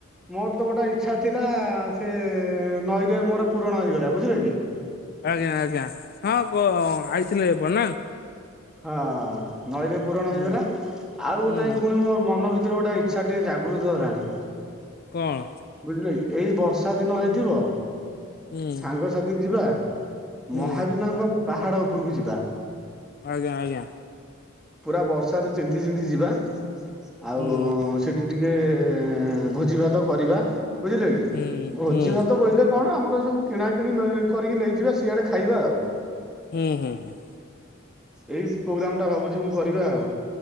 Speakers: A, in the centre; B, on the left.
A: ମୋର ତ ଗୋଟେ ଇଛା ଥିଲା ସେ ନଈରେ ମୋର ପୂୁରଣ ହେଇଗଲା ବୁଝିଲେ କି।
B: ଆଜ୍ଞା ଆଜ୍ଞା ହଁ କ ଆଇଥିଲେ ଏବେ ନା।
A: ହଁ ନଈରେ ପୁରଣ
B: ହୁଁ।
A: ହେଇଗଲା ଆଉ
B: ହୁଁ
A: ଗୋଟେ ପୁଣି ମୋ ମନ ଭିତରେ ଗୋଟେଇ ଇଛା ଟିକେ ଜାଗୃତ ହେଲାଣି।
B: କଣ?
A: ବୁଝିଲେକି ଏଇ ବର୍ଷା ଦିନ ହେଇଥିବ
B: ହୁଁ
A: ସାଙ୍ଗସାଥି ଯିବା।
B: ହୁଁ।
A: ମହାବିନାୟକ ପାହାଡ ଉପରକୁ ଯିବା।
B: ଆଜ୍ଞା ଆଜ୍ଞା
A: ପୁରା ବର୍ଷାରେ ତିନ୍ତି ତିନ୍ତି ଯିବା ଆଉ।
B: ହୁଁ
A: ସେଠି ଟିକେ ଭୋଜି ଭାତ କରିବା ବୁଝିଲେ କି
B: ହୁଁ
A: ଭୋଜି
B: ହୁଁ
A: ଭାତ ବୋଇଲେ କଣ ଆମର ସବୁ କିଣା କିଣି କରିକି ନେଇଯିବା ସିଆଡେ ଖାଇବା ଆଉ।
B: ହୁଁ ହୁଁ ହୁଁ
A: ଏଇ ପ୍ରୋଗ୍ରାମ ଟା ଭାବୁଛି ମୁଁ କରିବା ଆଉ।